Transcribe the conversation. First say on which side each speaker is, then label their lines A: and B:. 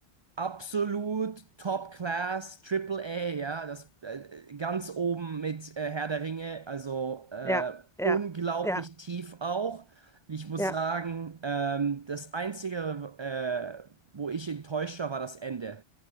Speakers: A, on the right; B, in the centre.
A: Absolut Top Class, Triple A, ja, das äh, ganz oben mit äh, Herr der Ringe, also äh,
B: Ja, ja,
A: unglaublich
B: ja,
A: tief auch. Ich muss
B: ja.
A: sagen, ähm, das Einzige, äh, wo ich enttäuscht war, war das Ende.